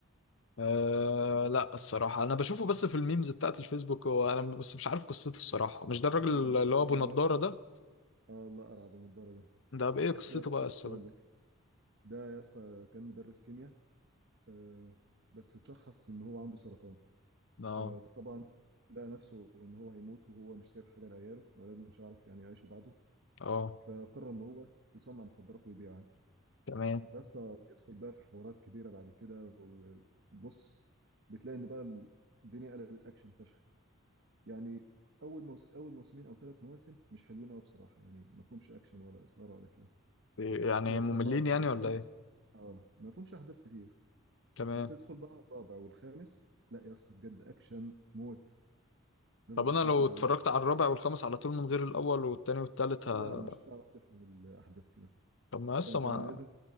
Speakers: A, on the left (about 60°); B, on the right (about 55°).
A: آه لا الصراحة أنا بشوفه بس في الميمز بتاعت الفيسبوك وأنا بس مش عارف قصته الصراحة مش ده الراجل
B: اه اللي
A: اللي
B: هو الراجل
A: هو أبو نضارة
B: الله
A: ده
B: اه الله ارعب النضاره ده
A: ده بإيه قصته
B: يا اسطى
A: بقى
B: بص
A: الصراحة
B: اقول لك ده يا اسطى كان مدرس كيمياء آه بس اتشخص ان هو عنده سرطان
A: اه
B: فطبعا لقى نفسه ان هو هيموت وهو مش سايب حاجه لعياله وولاده مش هيعرف يعني يعيشوا بعده
A: اه
B: فقرر ان هو يصنع مخدرات ويبيعها
A: تمام
B: بس بيدخل بقى في حوارات كبيره بعد كده وبص بتلاقي ان بقى الدنيا قلبت اكشن فشخ يعني اول موس... اول موسمين او ثلاث مواسم مش حلوين قوي بصراحه يعني ما فيهمش اكشن ولا اثاره ولا كده
A: يعني
B: بس التا...
A: مملين
B: الرابع
A: يعني
B: والخامس
A: ولا ايه
B: اه ما فيهمش احداث كتير
A: تمام
B: بس ادخل بقى الرابع والخامس لا يا اسطى بجد اكشن موت لازم
A: طب
B: تتفرج
A: انا لو اتفرجت
B: عليه
A: على الرابع والخامس على طول من غير الاول والتاني والتالت ه...
B: لا مش هتعرف تفهم الاحداث كده
A: طب ما لسه
B: فانت
A: ما
B: يعني لازم